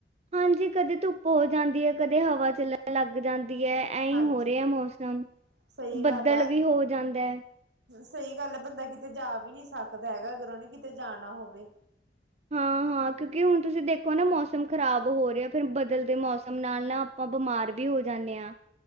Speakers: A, on the right; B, on the right.
A: ਹਾਂਜੀ ਕਦੇ ਧੁੱਪ ਹੋ ਜਾਂਦੀ ਹੈ ਕਦੇ ਹਵਾ ਚੱਲਣ ਲੱਗ ਜਾਂਦੀ ਦੀ ਹੈ ਐਂ
B: ਹਾਂਜੀ
A: ਹੋ ਰਿਹਾ ਮੌਸਮ
B: ਸਹੀ
A: ਬੱਦਲ
B: ਗੱਲ ਆ।
A: ਵੀ ਹੋ ਜਾਂਦਾ ਐ।
B: ਸਹੀ ਗੱਲ ਹੈ ਬੰਦਾ ਕਿਤੇ ਜਾ ਵੀ ਨੀ ਸਕਦਾ ਹੈਗਾ ਅਗਰ ਉਹਹਨੇ ਕਿਤੇ ਜਾਣਾ ਹੋਵੇ।
A: ਹਾਂ ਹਾਂ, ਕਿਉਂਕਿ ਹੁਣ ਤੁਸੀਂ ਦੇਖੋ ਨਾ ਮੌਸਮ ਖ਼ਰਾਬ ਹੋ ਰਿਹਾ ਆ ਫਿਰ ਬਦਲਦੇ ਮੌਸਮ ਨਾਲ ਨਾ ਆਪਾਂ ਬਿਮਾਰ ਵੀ ਹੋ ਜਾਂਦੇ ਆ।